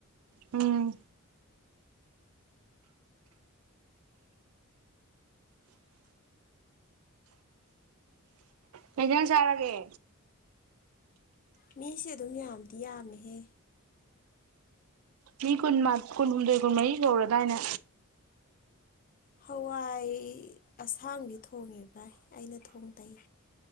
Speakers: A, on the right; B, on the left.
A: ꯎꯝ ꯀꯩ ꯍꯤꯟꯖꯥꯡ ꯆꯥꯔꯒꯦ
B: ꯃꯤꯁꯦ ꯑꯗꯨꯝ ꯌꯥꯝꯗꯤ ꯌꯥꯝꯃꯦꯍꯦ
A: ꯃꯤ ꯀꯨꯟ ꯀꯨꯟꯍꯨꯝꯗꯣꯏ ꯀꯨꯟꯃꯔꯤ ꯁꯨꯍꯧꯔꯗꯥꯏꯅ
B: ꯍꯋꯥꯏ ꯑꯁꯥꯡꯕꯤ ꯊꯣꯡꯉꯦ ꯚꯥꯏ ꯑꯩꯅ ꯊꯣꯡ ꯗꯩ